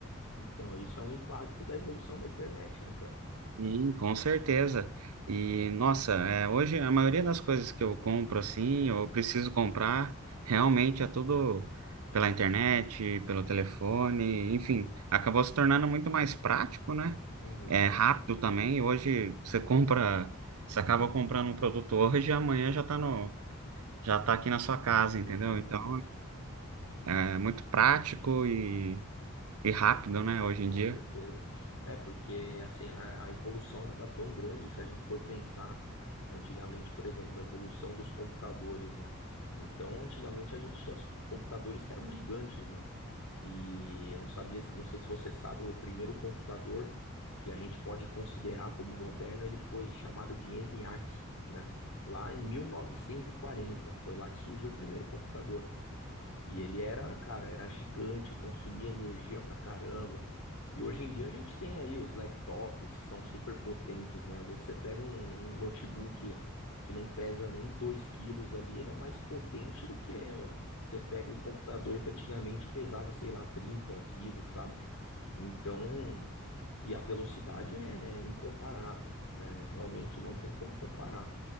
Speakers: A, on the left; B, on the right.
A: Então, isso é um impacto da evolução da internet, né, cara?
B: Sim, com certeza. E nossa, é, hoje a maioria das coisas que eu compro assim, eu preciso comprar, realmente é tudo pela internet, pelo telefone, enfim, acabou se tornando muito mais prático, né?
A: Uhum.
B: É rápido também. Hoje você compra, você acaba comprando um produto hoje e amanhã já tá no, já tá aqui na sua casa, entendeu?
A: Exatamente,
B: Então é muito prático e, e rápido, né, hoje
A: com
B: em dia.
A: certeza. É porque assim a, a evolução ela tá tão grande se a gente for pensar antigamente, por exemplo, a evolução dos computadores, né? Então, antigamente a gente tinha os co- computadores que eram gigantes, né? E eu não sabia, se- não sei se você sabe, o primeiro computador que a gente pode considerar como moderno, ele foi chamado de ENIAC, né? Lá em 1940, foi lá que surgiu o primeiro computador. E ele era, cara, era gigante, consumia energia pra caramba. E hoje em dia a gente tem aí os laptops que são super potentes, né? Às vezes você pega um, um notebook que não pesa nem 2 quilos ali, ele é mais potente do que você pega o computador que antigamente pesava, sei lá, 30 quilos, sabe? Então, e a velocidade é é incomparável, né? Realmente não tem como comparar.